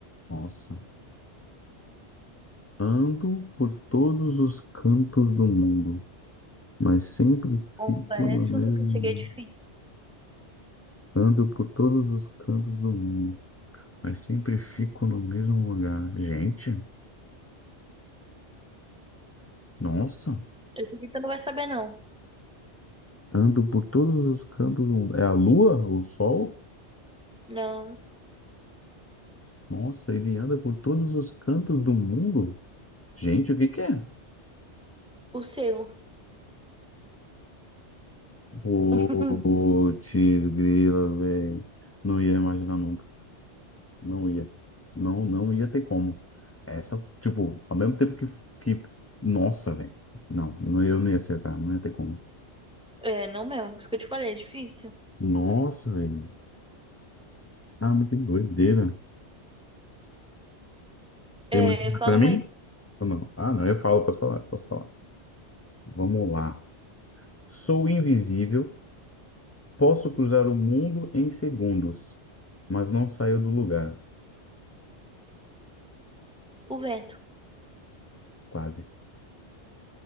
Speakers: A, on the left (about 20°); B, in the centre.
A: Nossa. Ando por todos os cantos do mundo, mas sempre
B: Confesso
A: fico no mesmo.
B: que isso aqui é difícil.
A: Ando por todos os cantos do mundo, mas sempre fico no mesmo lugar. Gente, nossa.
B: Esse aqui tu não vai saber, não.
A: Ando por todos os cantos do mundo. É a lua? O sol?
B: Não,
A: Nossa, ele anda por todos os cantos do mundo? Gente, o que que é?
B: O seu.
A: Putz,
B: <laughs>
A: grila, velho. Não ia imaginar nunca. Não ia. Não, não ia ter como. Essa, tipo, ao mesmo tempo que... que... Nossa, velho. Não, não, eu não ia acertar. Não ia ter como.
B: É, não mesmo. Isso que eu te falei, é difícil.
A: Nossa, velho. Ah, mas que doideira.
B: É,
A: Tem mais uma
B: falam
A: pra mim?
B: aí.
A: Ou não? Ah, não, eu falo, posso falar, posso falar. Vamos lá. Sou invisível Posso cruzar o mundo em segundos, mas não saio do lugar.
B: O vento.
A: Quase.